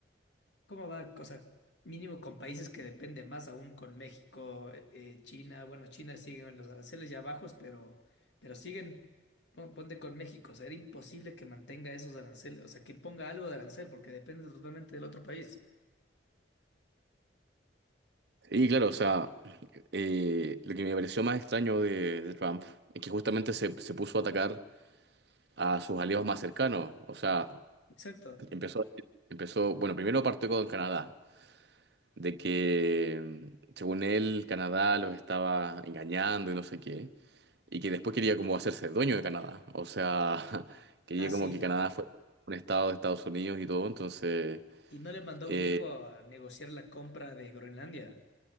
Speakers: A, on the left; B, on the right.
A: ¿Cómo va? O sea, mínimo con países que depende más aún con México, eh, China. Bueno, China siguen en los aranceles ya bajos, pero pero siguen pon- ponte con México. O sea, era imposible que mantenga esos aranceles, o sea, que ponga algo de arancel porque depende totalmente del otro país.
B: Y claro, o sea... Eh, lo que me pareció más extraño de, de Trump es que justamente se, se puso a atacar a sus aliados más cercanos. O sea,
A: Exacto.
B: empezó, empezó, bueno, primero partió con Canadá, de que mm, según él Canadá los estaba engañando y no sé qué, y que después quería como hacerse dueño de Canadá. O sea, <laughs> quería
A: Así.
B: como que Canadá fuera un estado de Estados Unidos y todo. Entonces,
A: y no le mandó
B: eh,
A: un hijo a negociar la compra de Groenlandia.